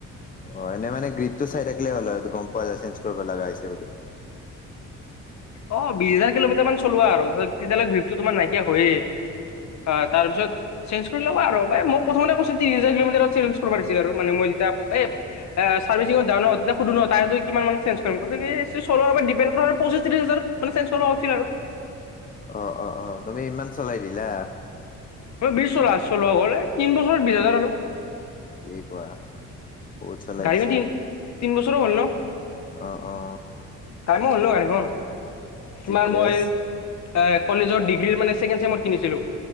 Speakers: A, on the left; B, on the left.
A: অ' এনে মানে গ্ৰীপটো চাই থাকিলে হ'ল আৰু গ'ম পোৱা যায় চেঞ্জ কৰিব লগা হৈছে বুলি?
B: অ' বিশ হাজাৰ কিলোমিটাৰ মান চলোৱা আৰু হ তেতিয়ালে গ্ৰীপটো তোমাৰ নাইকিয়া হয়েই। অ' তাৰপিছত চেঞ্জ কৰি ল'ব আৰু মই মই প্ৰথমতে কৈছিল তিনি হাজাৰ কিলোমিটাৰত চেঞ্জ কৰিব পাৰিছিল আৰু মানে মই যেতিয়া এ এ চাৰ্ভিচিঙত যাওঁ ন' তাতে সুধো ন' টায়াৰটো কিমান মানে চেঞ্জ কৰিম? কৈছে কি চলোৱাৰ ওপৰত ডিপেন কৰে পঁচি চিটো হিচাপত মানে চেঞ্জ কৰবা কৈছিল আৰু।
A: অ', অ', অ', তুমি ইমান চলাই দিলা?
B: এ বিশ চলা চলোৱা গ'লে তিন বছৰত বিশ হাজাৰ আৰু।
A: কি কোৱা? বহুত চলাই
B: গাড়ীও
A: দিছা
B: তি, তিন বছৰো হ'ল ন'?
A: অ', অ'।
B: টাইমো হ'ল ন গাড়ীখন।
A: ঠিকে
B: তোমাৰ মই
A: আছে।
B: এ কলেজৰ ডিগ্ৰীৰ মানে ছেকেণ্ড চেমত কিনিছিলোঁ।